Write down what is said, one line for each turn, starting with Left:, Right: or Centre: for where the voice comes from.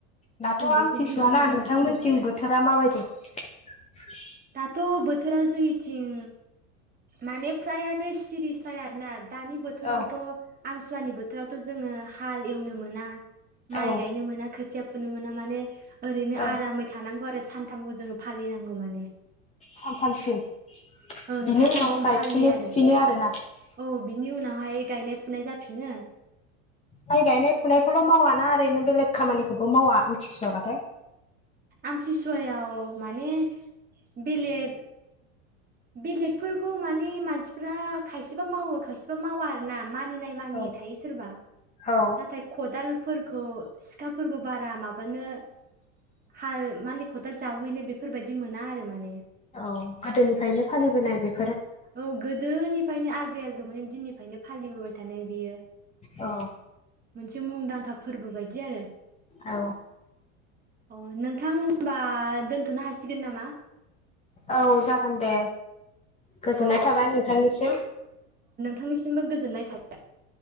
Left: दाथ'
Right: जों
Left: आमथिसुवाना
Right: बेखौ बुंनांसिगोन
Left: नोंथांमोनथिं
Right: आरो
Left: बोथोरा माबायदि <unintelligible>
Right: दाथ' बोथोरा जोंनिथिं माने फ्रायानो सिरिस थायो आरोना दानि बोथोरावथ'
Left: औ
Right: आमसुवानि बोथोरावथ' जोङो हाल एवनो मोना
Left: औ
Right: माइ गायनो मोना खोथिया मोना माने ओरैनो
Left: औ
Right: आरामै थानांग आरो सानथामखौ जोङो फालिनांगौ माने
Left: सानथामसिम
Right: ओं
Left: बिनि
Right: सानथामसिम
Left: उनाव गायफिनो
Right: फालियो आरो
Left: फुफिनो आरोना
Right: औ बिनि उनावहाय गायनाय फुनाय जाफिनो
Left: माइ गायनाय फुनायखौल' मावाना ओरैनो बेलेग खामानिखौबो मावा उथिसुवाबाथाय
Right: आमतिसुवाव माने बेलेग बेलेगफोरखौ माने मानसिफ्रा खायसेबा मावो खायसेबा मावा आर ना मानिनाय मानि
Left: औ
Right: थायो सोरबा
Left: औ
Right: नाथाय खदाल फोरखौ सिखाफोरखौ बारा माबानो हाल माने खदाल जावहैनो बेफोरबायदि मोना आरो माने
Left: औ गोदोनिफ्रायनो फालिबोनाय बेफोर
Right: औ गोदोनिफ्रायनो आजै आजौमोन दिननिफ्रायनो फालिबोबाय थानाय बियो।
Left: औ
Right: मोनसे मुंदांखा फोरबो बायदि आरो
Left: औ
Right: अ नोंथां होनबा दोनथ'नो हासिगोन नामा
Left: औ जागोन दे। गोजोननाय
Right: औ
Left: थाबाय नोंथांनिसिम
Right: थांनिसिमबो गोजोनाय थाबाय।